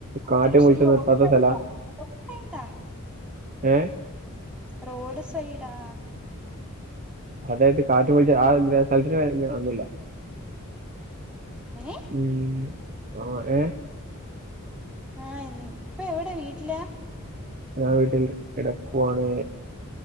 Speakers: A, in the centre; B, on the right.
A: അത്യാവശ്യം
B: കാറ്റ് മുഴിച്ച്
A: റോഡ്സൈഡാ
B: നിർത്താത്ത സ്ഥല
A: റോഡ് സൈഡാ
B: ഏ
A: റോഡ് സൈഡാ
B: അതായത് കാറ്റുപളിച്ച ആഹ് സ്ഥലത്തിന് പേരാന്ത <unintelligible>
A: ങെ
B: ഉം ആഹ് ഏഹ്
A: ആഹ് ൻ ഇപ്പ എവിടെ വീട്ടിലാ
B: ഞാൻ വീട്ടിൽ കിടക്കുവാണ്